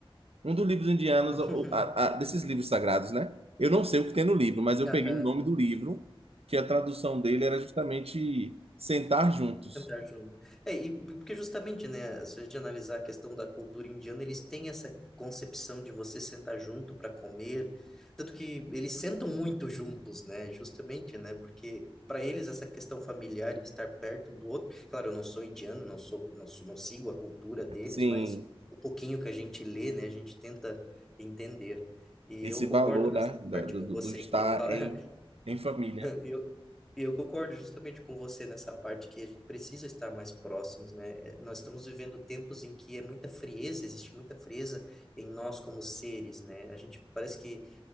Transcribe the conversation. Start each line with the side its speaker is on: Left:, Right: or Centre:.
Right: Um dos livros indianos,
Centre: <laughs>
Right: o- a- a- desses livros sagrados, né? Eu não sei o que tem no livro, mas eu
Centre: Aham.
Right: peguei o nome do livro, que a tradução dele era justamente sentar juntos.
Centre: Central junto. É, e porque justamente, né, se a gente analisar a questão da cultura indiana, eles têm essa concepção de você sentar junto para comer, tanto que eles sentam muito juntos, né, justamente, né, porque para eles essa questão familiar, e estar perto um do outro, claro, eu não sou indiano, não sou, não sou, não sigo a cultura deles,
Right: Sim.
Centre: mas o pouquinho que a gente lê, né, a gente tenta entender. E
Right: esse
Centre: eu concordo
Right: valor,
Centre: nessa
Right: né, da-
Centre: parte
Right: do,
Centre: com
Right: do-
Centre: você
Right: do estar
Centre: que fala,
Right: em,
Centre: <laughs>
Right: em família.
Centre: E eu, e eu concordo justamente com você nessa parte que a gente precisa estar mais próximos, né? É, Nós estamos vivendo tempos em que é muita frieza, existe muita frieza em nós como seres, né? A gente parece que